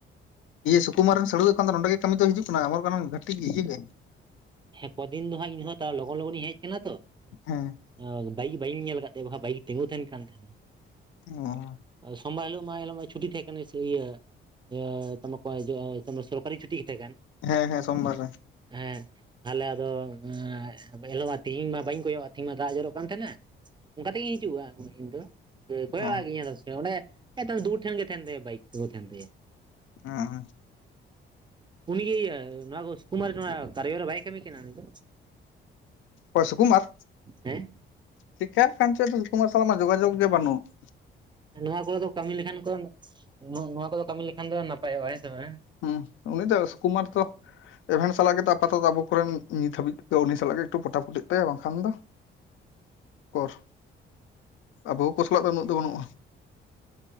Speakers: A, on the left; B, on the right.
A: ᱤᱭᱟᱹ ᱥᱩᱠᱩᱢᱟᱨ ᱨᱮᱱ ᱥᱟᱹᱲᱩ ᱫᱚ ᱮᱠᱷᱚᱱ ᱫᱚ ᱱᱚᱸᱰᱮ ᱜᱮ ᱠᱟᱹᱢᱤ ᱫᱚᱭ ᱦᱤᱡᱩᱜ ᱠᱟᱱᱟ ᱚᱢᱚᱨᱠᱟᱱᱚᱱ ᱜᱷᱟᱴᱤ ᱜᱮ ᱤᱭᱟᱹ ᱜᱮ?
B: ᱦᱮᱸ ᱠᱚᱫᱤᱱ ᱫᱚ ᱦᱟᱸᱜ ᱤᱧᱦᱚᱸ ᱛᱟᱣ ᱞᱚᱜᱚᱱ ᱞᱚᱜᱚᱱᱤᱧ ᱦᱮᱡ ᱠᱟᱱᱟ ᱛᱚ ᱾
A: ᱦᱮᱸ ᱾
B: ᱮᱸ ᱵᱟᱭᱤᱠ ᱵᱟᱹᱧ ᱧᱮᱞ ᱟᱠᱟᱫ ᱛᱟᱭᱟ, ᱵᱟᱠᱷᱟᱱ ᱵᱟᱭᱤᱠ ᱛᱤᱸᱜᱩ ᱛᱟᱦᱮᱱ ᱠᱟᱱ ᱛᱟᱦᱮᱱᱟ ᱾
A: ᱚ
B: <unintelligible> ᱥᱚᱢᱵᱟᱨ ᱦᱤᱞᱳᱜ ᱢᱟ ᱮᱱ ᱦᱤᱞᱳᱜ ᱢᱟ ᱪᱷᱩᱴᱤ ᱛᱟᱦᱮᱸ ᱠᱟᱱ ᱥᱩ ᱤᱭᱟᱹ ᱤᱭᱟᱹᱻ ᱛᱢᱚᱠᱚ ᱦᱤᱡᱩᱜ ᱟᱭ ᱛᱚᱢᱟ ᱥᱚᱨᱠᱟᱨᱤ ᱪᱷᱩᱴᱤ ᱜᱮ ᱛᱟᱦᱮᱸ ᱠᱟᱱ ᱾
A: ᱦᱮᱸ ᱦᱮᱸ ᱥᱳᱢᱵᱟᱨ ᱨᱮ ᱾
B: ᱦᱮᱸ ᱛᱟᱦᱚᱞᱮ ᱟᱫᱚ ᱮᱸ ᱮ ᱦᱤᱞᱳᱜ ᱢᱟ ᱛᱮᱦᱤᱧ ᱢᱟ ᱵᱟᱹᱧ ᱠᱚᱭᱚᱜᱼᱟᱜ ᱛᱮᱦᱮᱧ ᱢᱟ ᱫᱟᱜ ᱡᱚᱨᱚᱜ ᱠᱟᱱ ᱛᱟᱦᱮᱸᱱᱟ ᱾ ᱚᱱᱠᱟ ᱛᱮᱜᱤᱧ ᱦᱤᱡᱩᱜᱼᱟ ᱤᱧ ᱫᱚ ᱾ ᱫᱤᱭᱮ ᱠᱚᱭᱚᱜᱼᱟᱜ
A: ᱚ
B: ᱜᱤᱭᱟᱹᱧ ᱟᱫᱮᱠ ᱥᱚᱢᱚᱭ ᱚᱸᱰᱮ ᱮᱛᱚ ᱫᱩᱣᱟᱹᱨ ᱴᱷᱮᱱ ᱜᱮ ᱛᱟᱸᱦᱮᱱ ᱛᱟᱭᱟ ᱵᱟᱭᱤᱠ ᱛᱤᱜᱩ ᱛᱟᱦᱮᱱ ᱛᱟᱭᱟ ᱾
A: ᱦᱮᱸ
B: ᱩᱱᱤ ᱜᱮ ᱤᱭᱟᱹ ᱱᱚᱣᱟ ᱠᱚ ᱥᱩᱠᱩᱢᱟᱨ ᱱᱚᱣᱟ ᱠᱟᱨᱭᱚ ᱨᱮ ᱵᱟᱭ ᱠᱟᱢᱤ ᱠᱟᱱᱟ ᱩᱱᱤ ᱫᱚ?
A: ᱚ ᱥᱩᱠᱩᱢᱟᱨ?
B: ᱦᱮᱸ
A: ᱪᱮᱠᱟᱜ ᱠᱟᱱ ᱪᱚᱭ ᱟᱫᱚ ᱥᱩᱠᱩᱢᱟᱨ ᱥᱟᱶᱢᱟ ᱡᱳᱜᱟᱡᱳᱜ ᱜᱮ ᱵᱟᱹᱱᱩᱜ ᱾
B: ᱱᱚᱣᱟ ᱠᱚᱨᱮᱫᱚ ᱠᱟᱹᱢᱤ ᱞᱮᱠᱷᱟᱱ ᱠᱚ ᱱᱚᱣᱟ ᱠᱚᱫᱚ ᱠᱟᱹᱢᱤ ᱞᱮᱠᱷᱟᱱ ᱫᱚ ᱱᱟᱯᱟᱭᱚᱜᱼᱟ ᱦᱮᱸᱥᱮ ᱵᱟᱝ ᱦᱮᱸ?
A: ᱦᱩᱸ ᱩᱱᱤ ᱫᱚ ᱥᱩᱠᱩᱢᱟᱨ ᱛᱚ ᱮᱵᱷᱮᱱ ᱥᱟᱞᱟᱜ ᱜᱮᱛᱚ ᱟᱯᱟᱛᱚᱛᱚ ᱟᱵᱚ ᱠᱚᱨᱮᱱ ᱱᱤᱛ ᱦᱟᱹᱵᱤᱡ ᱛᱮᱫᱚ ᱩᱱᱤ ᱥᱟᱞᱟᱜ ᱜᱮ ᱮᱠᱴᱩ ᱯᱚᱴᱟ ᱯᱴᱤᱜ ᱛᱟᱭᱟ ᱵᱟᱝᱠᱷᱟᱱ ᱫᱚ ᱚᱠᱚᱨ, ᱟᱵᱚ ᱠᱚ ᱥᱟᱞᱟᱜ ᱫᱚ ᱩᱱᱟᱹᱜ ᱫᱚ ᱵᱟᱹᱱᱩᱜᱼᱟ ᱾